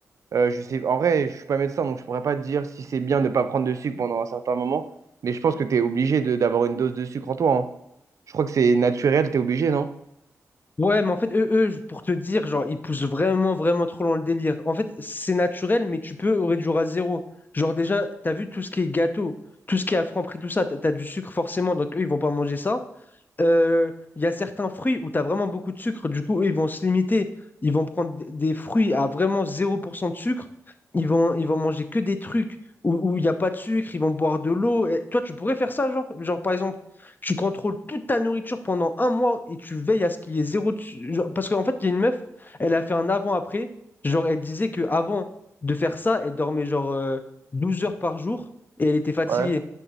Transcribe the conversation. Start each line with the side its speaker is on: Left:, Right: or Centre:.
Right: euh, je sais, en vrai, je suis pas médecin, donc je pourrais pas te dire si c'est bien de ne pas prendre de sucre pendant un certain moment. Mais je pense que tu es obligé de- d'avoir une dose de sucre en toi. hein. Je crois que c'est naturel, tu es obligé, non?
Left: Ouais, mais en fait, eux, eux, pour te dire, genre, ils poussent vraiment, vraiment trop loin le délire. En fait, c'est naturel, mais tu peux réduire à zéro. Genre, déjà, t'as vu tout ce qui est gâteau, tout ce qui est à Franprix, tout ça, t'as t'as du sucre forcément, donc eux, ils vont pas manger ça. Euh, Il y a certains fruits où tu as vraiment beaucoup de sucre, du coup, eux, ils vont se limiter. Ils vont prendre d- des fruits à vraiment zéro pour cent de sucre. Ils vont, ils vont manger que des trucs où où il n'y a pas de sucre. Ils vont boire de l'eau. Et Toi, tu pourrais faire ça, genre, genre, par exemple, tu contrôles toute ta nourriture pendant un mois et tu veilles à ce qu'il y ait zéro. de su- genre- parce qu'en fait, il y a une meuf, elle a fait un avant-après. Genre, elle disait que avant de faire ça, elle dormait genre euh, 12 heures par jour et elle était fatiguée
Right: Ouais.